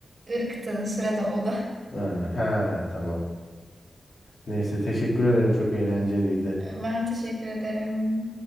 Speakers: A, on the right; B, on the left.
A: ırktığı sürede oldu. <laughs>
B: Ha, ha, tamam. Neyse teşekkür ederim çok eğlenceliydi.
A: Ben teşekkür ederim.